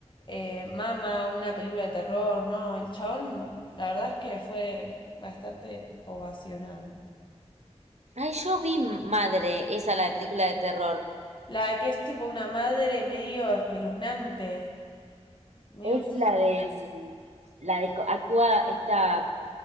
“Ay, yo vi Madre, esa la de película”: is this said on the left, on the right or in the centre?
Right